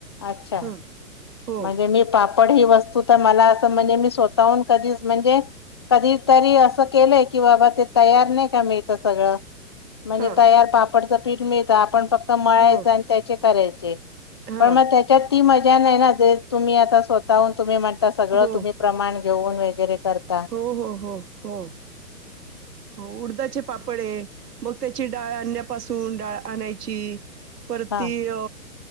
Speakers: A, on the left (about 20°); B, on the right (about 85°).
A: अच्छा
B: हं, हो,
A: म्हणजे मी पाप ड ही वस्तू तर मला असं म्हणजे मी स्वतःहून कधीच म्हणजे कधी तरी असं केलंय की बाबा ते तयार नाही का मिळत सगळं. म्हणजे
B: हां,
A: तयार पापडचं पीठ मिळत आपण फक्त मळायचं
B: हो,
A: आणि त्याचे करायचे.
B: हां,
A: पण मग त्याच्यात ती मजा नाही ना जे तुम्ही आता स्वतःहून तुम्ही म्हणता सगळं
B: हो,
A: तुम्ही प्रमाण घेऊन वगैरे करतात.
B: हो हो हो हो हो उडदाचे पापड आहे मग त्याची डाळ आणण्यापासून डाळ आणायची परती
A: हा
B: अ